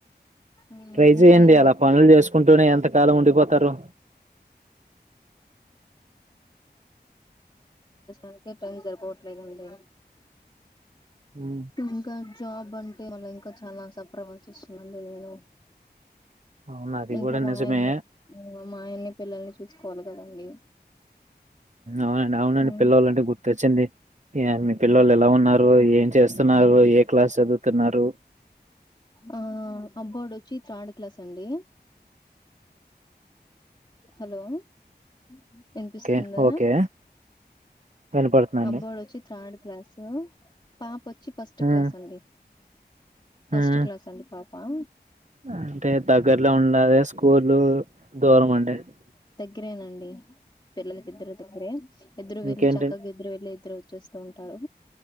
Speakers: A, on the left; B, on the right.
A: ఉమ్
B: ట్రై
A: ఇంకా
B: చేయండి
A: ఏం
B: అలా
A: వర్క్
B: పనులు చేసుకుంటూనే ఎంత్ ఎంతకాలం ఉండిపోతారు
A: అందుకే టైం సరిపోట్లేదండీ
B: ఉమ్
A: ఇంకా జాబ్ అంటే వాళ్ళ ఇంకా చాలాసపర్ అవాల్సి వస్తుఉందండి నేను
B: అవును అది
A: ఇంట్లో
B: కూడా
A: మానాయ్న్ని
B: నిజమే
A: మాఆయన్ని పిల్లల్ని చూసుకోవాలి కదండి
B: అవునండి అవునండి
A: ఉమ్
B: పిల్లలఅంటే గుర్తొచ్చింది మీ పిల్లలుు ఎలా ఉన్నారు ఏం చేస్తున్నారు ఏ క్లాస్ చదువుతున్నారు
A: ఆ అబ్బోడొచ్చి థర్డ్ క్లాస్ అండి హలో ఇ వినిపిస్తుందా
B: ఓకే ఓకే వినపడుతుందండి
A: అబ్బోడు వచ్చి త్రాడ్ క్లాసు పాపొత్ వచ్చి ఫస్ట్
B: ఉమ్
A: క్లాస్ అండి. ఫస్ట్
B: ఉమ్
A: క్లాస్ అండి పాప్ ప
B: అంటే దగ్గరలో ఉండాదే స్కూలు దూరమండి. ఆది
A: గ్రే నండి. పిల్లలకి ఇద్దరూ దగ్గరే. ఇద్దురూ
B: ఇంకేంటి
A: వెళ్లి చక్కగా ఇద్దరు వెళ్లి, ఇద్దరు వా చేస్తూ ఉంటారు.